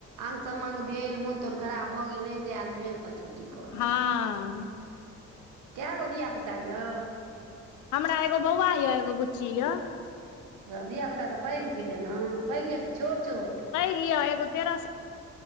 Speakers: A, on the right; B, on the left.
A: आंग समांग भेल मोन तोन खराब भऽ गेल नहि जायल भेल तऽ छुट्टी कऽ लेलक
B: हँ
A: कैगो धिया पुता यै
B: हमरा एगो बौआ य एगो बुच्ची य
A: सभ धियापुतासभ पढ़ै लिखैए ने पैघ यए कि छोट छोट
B: किय एगो तेरह साल